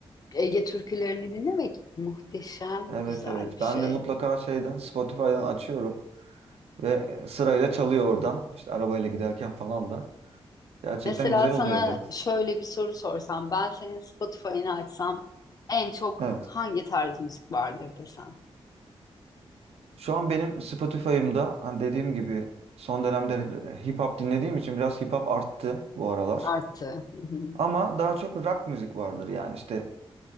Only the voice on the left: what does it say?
Ege türkülerini dinlemek muhteşem
güzel
bir şey.
Mesela
sana
şöyle bir soru sorsam, ben senin Spotify'ını açsam en çok
hangi tarz müzik vardır desem.
Artı, hı hı.